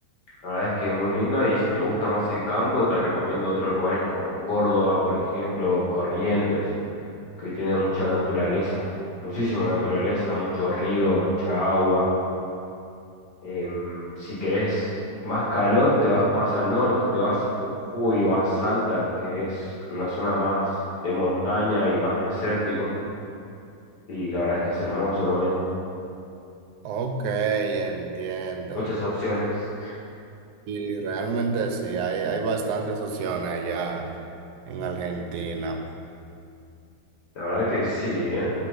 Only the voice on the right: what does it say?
Ok, entiendo.
Y realmente sí, hay, hay bastantes opciones allá en Argentina.